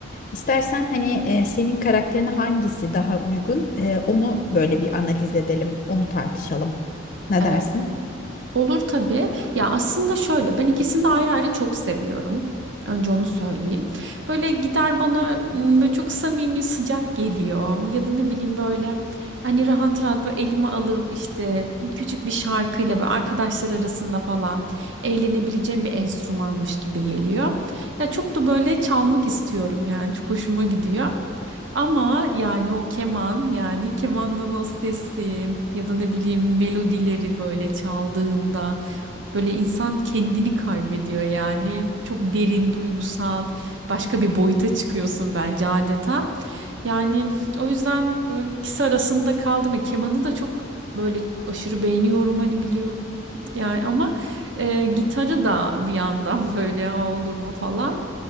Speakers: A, on the left; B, on the right.
A: İstersen hani e, senin karakterine hangisi daha uygun e, onu böyle bir analiz edelim, onu tartışalım. Ne
B: Ee,
A: dersin?
B: Olur tabii. Ya aslında şöyle ben ikisini de ayrı ayrı çok seviyorum. Önce onu söyleyeyim. Böyle gider bana m, böyle çok samimi sıcak geliyor. Ya da ne bileyim böyle hani rahat rahat böyle elime alıp işte küçük bir şarkıyla böyle arkadaşlar arasında falan eğlenebileceğim bir enstrümanmış gibi geliyor. Ya çok da böyle çalmak istiyorum yani çok hoşuma gidiyor. Ama yani o keman yani kemanın o sesi ya da ne bileyim melodileri böyle çaldığında böyle insan kendini kaybediyor yani çok derin duygusal başka bir boyuta çıkıyorsun bence adeta. Yani o yüzden böyle ikisi arasında kaldım ve kemanı da çok böyle aşırı beğeniyorum hani biliyor yani ama e, gitarı da bir yandan <laughs> böyle "Aa, olur mu falan